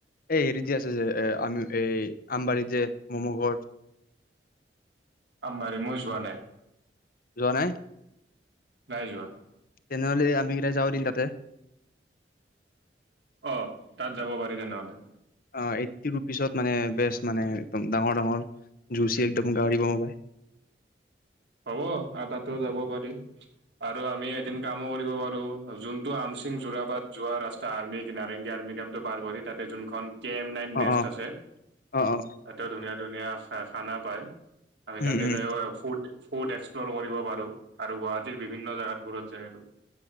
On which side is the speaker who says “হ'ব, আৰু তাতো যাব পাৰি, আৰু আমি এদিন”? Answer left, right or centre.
Right